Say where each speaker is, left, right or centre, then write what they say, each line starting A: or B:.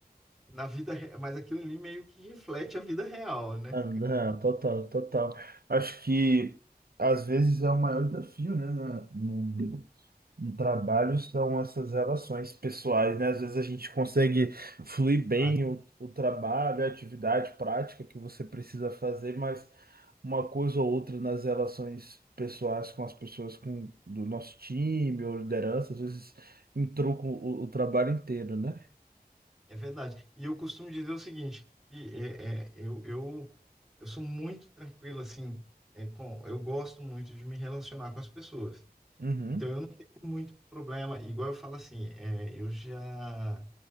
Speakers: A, in the centre; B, on the right.
A: na vida, re- mas aquilo ali meio que reflete a vida real, né?
B: Ah, Não, total, total. Acho que às vezes é o maior desafio, né, na- no, no trabalho são essas relações pessoais, né? Às vezes a gente consegue fluir bem
A: Ah,
B: o, o trabalho, a atividade prática que você precisa fazer, mas uma coisa ou outra nas relações pessoais com as pessoas com, do nosso time ou liderança, às vezes entruca o, o trabalho inteiro, né?
A: É verdade. E eu costumo dizer o seguinte, que é, é, eu, eu, eu sou muito tranquilo, assim, é, com, eu gosto muito de me relacionar com as pessoas.
B: Uhum,
A: Então, eu não tenho muito problema. Igual eu falo assim, é, eu já,